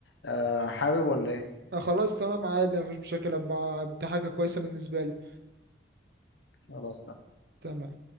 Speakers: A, on the left (about 75°); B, on the right (about 55°).
A: آه حابب ولا ايه
B: آه خلاص تمام عادي مفيش مشاكل أبقى- دي حاجه كويسه بالنسبه لي
A: خلاص
B: تمام